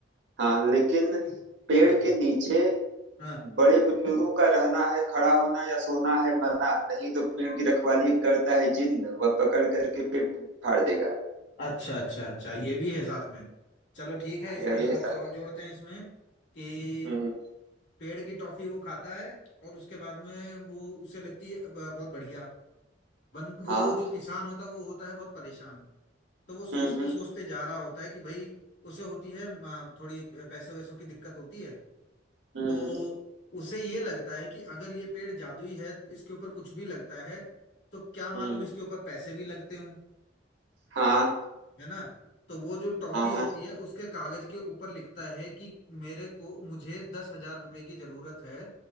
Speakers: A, on the right; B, on the left.
A: हाँ लेकिन
B: ठीक है
A: पेड़
B: हाँ
A: के नीचे
B: हाँ
A: बड़े बुजुर्गों का रहना है खड़ा होना या सोना है मना नहीं तो पेड़ की रखवाली करता है जिन्न वह पकड़ करके पेड़ फाड़ देगा
B: अच्छा अच्छा अच्छा ये भी है साथ में चलो ठीक
A: हाँ,
B: है इसके
A: यह
B: हिसाब
A: भी है साथ
B: से और
A: है
B: जोड़ते हैं इसमें कि
A: हम्म
B: पेड़ की टॉफी वो खाता है और उसके बाद में वो उसे लगती है ब- बहुत बढ़िया बन वो
A: हाँ
B: जो किसान होता है वो होता है बहुत परेशान तो वो सोचते
A: हम्म हम्म
B: सोचते जा रहा होता है कि भाई उसे होती है अ, थोड़ी पैसे वैसों की दिक्कत होती है
A: हम्म
B: तो
A: हम्म,
B: उसे ये लगता है कि अगर ये पेड़ जादुई है तो इसके ऊपर कुछ भी लगता है तो क्या मालूम
A: हम्म।
B: इसके ऊपर पैसे भी लगते हों
A: हाँ
B: है ना तो वो जो टॉफी
A: हाँ
B: होती
A: हाँ
B: है उसके कागज के ऊपर लिखता है कि मेरे को मुझे दस हजार रुपए की जरूरत है